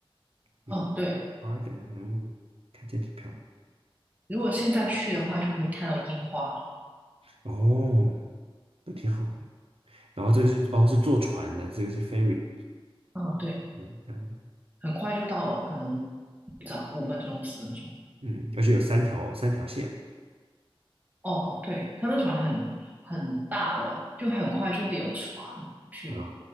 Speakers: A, on the right; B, on the right.
A: 一个
B: 哦，对，
A: garden，嗯，看起来挺漂亮。
B: 如果现在去的话，就可以看到樱花了。
A: 哦，那挺好。然后这个是哦是坐船的，这个是 ferry，
B: 嗯，对，
A: 嗯，这样，
B: 很快就到了，可能早五分钟、十分钟。
A: 嗯，而且有三条三条线
B: 哦，对，它那船很很大的，就很快就会有船去。
A: 啊，